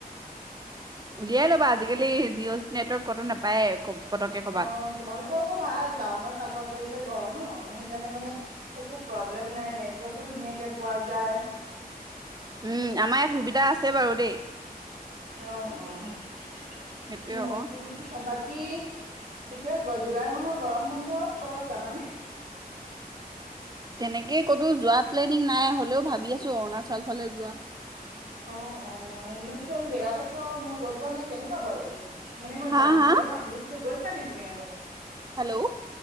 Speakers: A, on the right; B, on the right.
A: উলিয়াই ল'বা আজিকালি জিঅ' নেটৱৰ্ক ক'তো নাপায়ৱে কব পতকে কৰ'বাত।
B: অ তোমালোকৰ আকৌ ভাল টাউনৰ কাষতে যে ঘৰ ন' সেইকাৰণে মানে একো প্ৰব্লেম নাই নেটৱৰ্কো ধুনীয়াকে পোৱা যায়।
A: উম, আমাৰ ইয়াত সুবিধা আছে বাৰু দেই।
B: অ', অ',
A: সেইটোয়ে
B: বাকী
A: আকৌ
B: চব বাকী এতিয়া জুলাই মাহৰ গৰম বন্ধ ক'ৰবাত যাবনে?
A: তেনেকে ক'তো যোৱা প্লেনিং নাই হ'লেও ভাবি আছো অৰুণাচল ফালে যোৱা।
B: অ', অ', অৰুণাচল জেগাদখৰ মই গৈ পোৱা নাই, কেনেকুৱা বাৰু এনেই? মানে মই
A: হা
B: যাম
A: হা
B: বুলি ভাবি আছো, গৈছেনে তুমি আগত?
A: হেল্ল'?